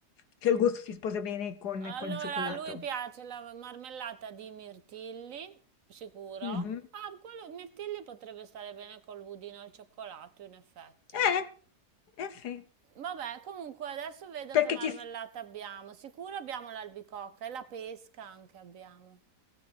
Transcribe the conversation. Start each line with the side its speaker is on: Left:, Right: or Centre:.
Left: che il gusto si sposa bene con,
Right: Allora,
Left: con il cioccolato.
Right: a lui piace la marmellata di mirtilli, sicuro.
Left: Mhm.
Right: Ah, quello mirtilli potrebbe stare bene col budino al cioccolato, in effetti, no?
Left: Eh, eh sì,
Right: Vabbè, comunque adesso vedo
Left: perché
Right: che marmellata
Left: ci... s-
Right: abbiamo. Sicuro abbiamo l'albicocca e la pesca anche abbiamo.